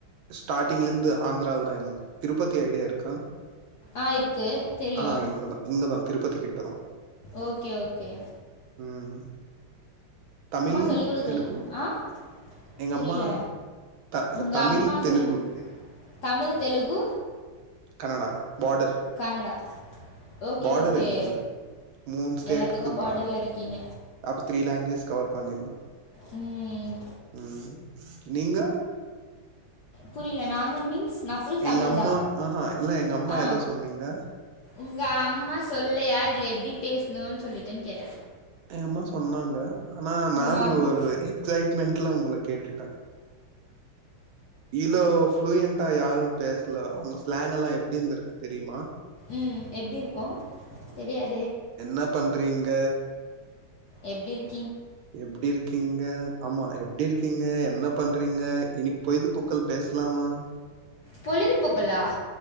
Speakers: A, on the right; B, on the left.
A: ஸ்டாட்டிங்ல இருந்து ஆந்ராலதா இருந்தே திருப்பதி ஐடியா இருக்கா
B: ஆ இருக்கு தெரியு
A: ஆ இங்கதா இங்கதா திருப்பதி கிட்ட தா
B: ஓகே-ஓகே
A: உம் தமிழ்
B: சொல்லிக் கொடுக்கல
A: தெலுகு
B: ஆ
A: எங்க
B: புரியல
A: அம்மா த
B: உங்க
A: தமிழ்
B: அம்மா
A: Telugu
B: சொல்லி Tamil Telugu
A: Kannada border
B: Kannada okay
A: border
B: okay
A: எங்கள்து மூணு ஸ்டேட்க்கு
B: எல்லாத்துக்கு பார்டர்ல
A: பார்டர்
B: இருக்கீங்க
A: அப்ப த்ரீ லாங்குவேஜ் கவர் பண்ணிடலா
B: ம்
A: ம் நீங்க
B: புரியல நாங்கள் மீன்ஸ் நான் ஃபுல் தமிழ்
A: எங்க அம்மா
B: தா
A: ஆஹா இல்ல எங்க அம்மா
B: ஆ
A: ஏதோ சொன்னீங்க
B: உங்க அம்மா சொல்லையா இல்ல எப்டி பேசு நோனு சொல்லிட்டேன்னு கேட்ட
A: ஏம்மா சொன்னாங்க ஆனா நானு
B: ம் நார்மல்
A: ஒரு எக்ஸைட்மெண்டட்ல உங்கள கேட்டுட்டே இவ்ளோ ஃப்ளுயண்ட் அ யாரு பேசல அவங்க ஸ்லாங்க் எல்லா எப்டி இருந்து இருக்கு தெரியுமா
B: ம் எப்டி இருக்கு தெரியாது
A: என்ன பண் றீங்க
B: எப்டி இருக்
A: எப்டி இருக்கீங்க ஆமா எப்டி இருக்கீங்க என்னப் பண்றீங்க இனிக்கு பொய்து பூக்கள் பேசலாமா
B: பொழுதுபோக்குலா